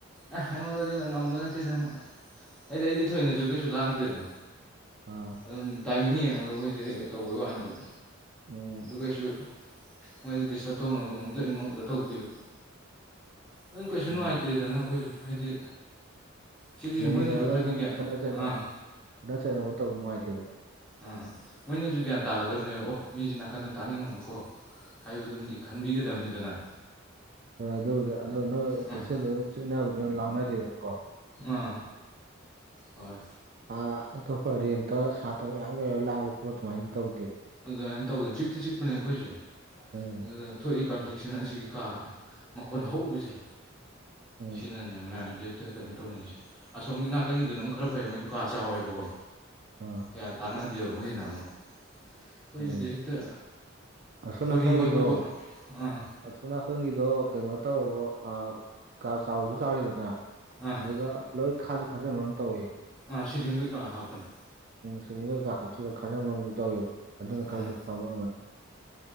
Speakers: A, in the centre; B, on the right.
A: ꯑ ꯑꯩꯉꯣꯟꯗꯗꯤ ꯅꯉꯝꯕ ꯅꯠꯇꯦ ꯃꯣꯏ ꯑꯩꯗꯤ ꯑꯩꯗꯤ ꯊꯣꯏꯅꯁꯨ ꯀꯩꯁꯨ ꯂꯥꯡꯗꯦꯗꯅ
B: ꯑꯥ
A: ꯑꯗꯨꯝ ꯇꯥꯏꯃꯤꯡ ꯌꯦꯡꯉꯒ ꯑꯩꯒꯣꯏꯗꯤ ꯇꯧꯕꯩ ꯋꯥꯅꯦꯕ
B: ꯎꯝ
A: ꯗꯨ ꯀꯩꯁꯨ ꯃꯣꯏꯗ ꯗꯤꯁꯇꯔꯕ ꯇꯧꯅꯕ ꯃꯑꯣꯡꯗꯗꯤ ꯅꯣꯡꯃꯇ ꯇꯧꯗꯦꯕ ꯑꯗꯨꯝ ꯀꯩꯁꯨ
B: ꯎꯝ
A: ꯅꯨꯡꯉꯥꯏꯇꯦꯗꯅ ꯑꯩꯈꯣꯏꯖꯨ ꯍꯥꯏꯗꯤ ꯁꯤꯗꯤ
B: ꯂꯩꯃꯤꯟꯅꯔꯒ
A: ꯃꯣꯏꯅꯁꯨ ꯈꯔꯗꯤ
B: ꯁꯨꯝ
A: ꯒ꯭ꯌꯥꯟ
B: ꯈꯠꯅ ꯆꯩꯅ
A: ꯑꯥ
B: ꯈꯠꯅ ꯆꯩꯅꯕ ꯇꯧꯕ ꯅꯨꯡꯉꯥꯏꯇꯦꯗꯅ
A: ꯑꯥ ꯃꯣꯏꯅꯖꯨ ꯒ꯭ꯌꯥꯟ ꯇꯥꯒꯗꯕꯅꯦꯕ ꯑꯣ ꯃꯤꯖꯤ ꯅꯥꯀꯟꯗ ꯇꯥꯅꯤꯡꯉꯝꯃꯣꯏꯀꯣ ꯍꯥꯏꯕꯗꯨꯝꯗꯤ ꯈꯟꯕꯤꯒꯗꯝꯅꯤꯗꯅꯥ
B: ꯍꯣꯏ ꯑꯗꯨꯕꯨꯗꯤ ꯑꯗꯣ ꯅꯣꯏ
A: ꯑꯥ
B: ꯍꯣꯁꯦꯜꯗꯣ ꯑꯗꯨꯝ ꯆꯤꯛꯅꯕꯅꯦꯕ ꯂꯥꯡꯅꯗꯦꯗꯅꯀꯣ
A: ꯑꯥ ꯍꯣꯏ
B: ꯑ ꯑꯇꯣꯞꯄ ꯔꯦꯟꯇ ꯁꯥꯇ꯭ꯔ ꯃꯌꯥꯝ ꯂꯩꯔꯒ ꯂꯥꯡꯕ ꯈꯣꯠꯄ ꯑꯗꯨꯃꯥꯏꯅꯗꯤ ꯇꯧꯗꯦꯕ
A: ꯑꯗꯨꯃꯥꯏꯅ ꯇꯧꯗꯦꯅ ꯆꯤꯛꯇꯤ ꯆꯤꯛꯄꯅꯦ ꯑꯩꯈꯣꯏꯖꯦ
B: <unintelligible>
A: ꯑꯗꯨꯗ ꯊꯣꯛꯏ ꯀꯟꯐ꯭ꯂꯤꯛꯁꯤꯅ ꯁꯤꯒꯤ ꯀꯥ ꯃꯈꯣꯟ ꯍꯧꯕꯖꯦ
B: ꯎꯝ
A: ꯁꯤꯅꯅꯦ ꯃꯌꯥꯝ ꯍꯦꯛꯇ ꯀꯩꯅꯣ ꯇꯧꯅꯩꯖꯦ ꯑꯁꯣꯝꯒꯤ ꯅꯥꯀꯟꯒꯤꯗꯨꯅꯃꯨꯛ ꯈꯔ ꯐꯩ ꯃꯣꯏꯗꯨ ꯀꯥ ꯆꯥꯎꯋꯦꯕꯀꯣ
B: ꯑꯥ
A: ꯀꯌꯥ ꯇꯥꯟꯅꯗꯦꯕ ꯃꯣꯏꯁꯤꯅ ꯑꯃꯨꯛ ꯑꯩꯈꯣꯏꯁꯤꯗꯤ
B: ꯎꯝ
A: ꯍꯦꯛꯇ
B: ꯑꯁꯣꯝ
A: ꯐꯨꯔꯤ
B: ꯅꯥꯀꯟꯒꯤꯗꯣ
A: ꯍꯣꯠꯄꯕꯨ ꯑꯥ
B: ꯑꯁꯣꯝ ꯅꯥꯀꯪꯒꯤꯗꯣ ꯀꯩꯅꯣ ꯇꯧꯔꯕꯣ ꯑ ꯀꯥ ꯆꯥꯎꯁꯨ ꯆꯥꯎꯋꯤꯗꯅ
A: ꯑꯥ
B: ꯑꯗꯨꯒ ꯂꯣꯏ ꯈꯥꯁꯨ ꯈꯥꯖꯤꯟꯕꯝ ꯇꯧꯋꯦ
A: ꯑꯥ ꯁꯤꯂꯤꯡ ꯀꯀꯥ ꯍꯥꯞꯄꯅꯦ
B: ꯁꯤꯂꯤꯡ ꯀꯩꯀꯥ ꯍꯥꯞꯆꯤꯜꯂꯒ ꯈꯥꯖꯤꯟꯕꯝꯁꯨ ꯇꯧꯋꯦꯕ ꯑꯗꯨꯅ ꯈꯔꯁꯨ
A: ꯑꯥ
B: ꯐꯕꯥ ꯑꯣꯏꯔꯝꯒꯅꯤ